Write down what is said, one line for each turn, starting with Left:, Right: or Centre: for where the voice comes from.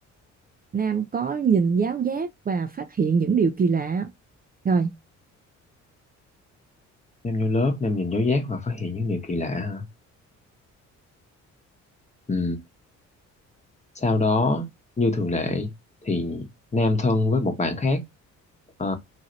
Right: Nam có nhìn giáo giác và phát hiện những điều kỳ lạ. Rồi,
Left: Nam vô lớp Nam nhìn dấu giác và phát hiện những điều kỳ lạ hả ừ. Sau đó, như thường lệ, thì Nam thân với một bạn khác ờ,